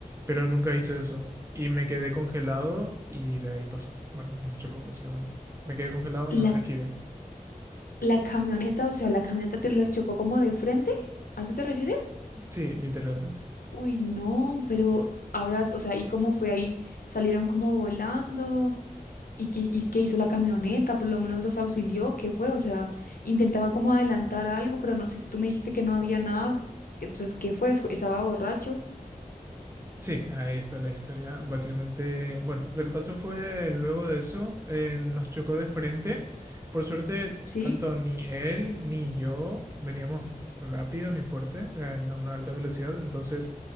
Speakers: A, on the right; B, on the left.
A: pero nunca hizo eso y me quedé congelado y de ahí pasó. Bueno, nos chocó básicamente. Me quedé congelado,
B: La,
A: no le esquivé.
B: la camioneta, o sea, la camioneta te los chocó como de frente. ¿A eso te refieres?
A: Sí, literalmente.
B: Uy, no, pero ahora, o sea, ¿y cómo fue ahí? ¿Salieron como volando? ¿Y qué, y qué hizo la camioneta? Por lo menos los auxilió. ¿Qué fue? O sea, intentaba como adelantar algo, pero no, si tú me dijiste que no había nada, entonces, ¿qué fue? Fue- ¿Estaba borracho?
A: Sí, ahí está la historia. Básicamente, bueno, lo que pasó fue luego de eso, eh, nos chocó de frente. Por suerte,
B: ¿Sí?
A: tanto ni él ni yo veníamos f- rápido ni fuerte, eh, a una alta velocidad. Entonces,